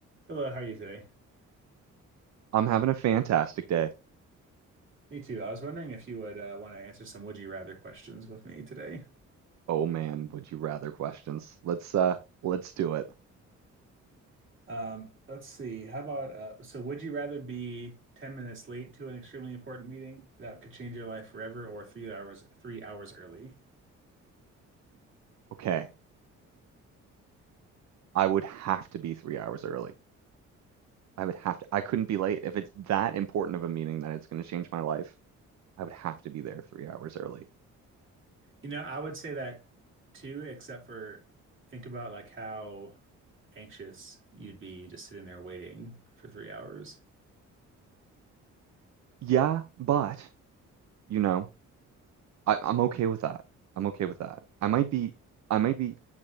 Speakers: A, on the right; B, on the right.
A: Hello, how are you today?
B: I'm having a fantastic day.
A: Me too. I was wondering if you would uh, want to answer some would you rather questions with me today.
B: Oh man, would you rather questions. Let's uh let's do it.
A: Um, let's see. How about uh, so would you rather be 10 minutes late to an extremely important meeting that could change your life forever or three hours three hours early?
B: Okay. I would have to be three hours early. I would have to I couldn't be late. If it's that important of a meeting that it's gonna change my life, I would have to be there three hours early.
A: You know, I would say that too, except for think about like how anxious you'd be just sitting there waiting for three hours.
B: Yeah, but you know, I, I'm okay with that. I'm okay with that. I might be I might be